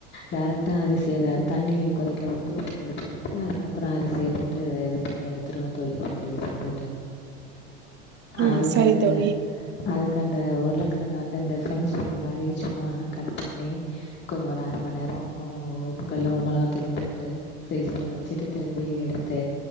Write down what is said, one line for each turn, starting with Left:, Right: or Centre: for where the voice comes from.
Left: டைரெக்ட்டாக அரிசில தண்ணி கொதிக்க விட் டூப்பு கல் போட்டுப்ப அதுக்கப்பறோ அரிசிய போட்டு இது பண்ணி எடுத்துருவ தோழி ரெண்டு விசில் போட்டு
Right: ஆ
Left: அதுக்கந்த
Right: சரி தோழி
Left: அதுக்கு அந்த உருளக்கிழங்க வந்து அந்த ஃப்ரெஞ்சு ஃப்ரை மாதிரி சும்மா கட் பண்ணி கொஞ்சோ ஒரு அர மணி நேரோ உப்பு கல்லும் மிளாத்தூளும் போட்டு ஃப்ரீஸரில் வச்சுட்டு திரும்பி எடுத்து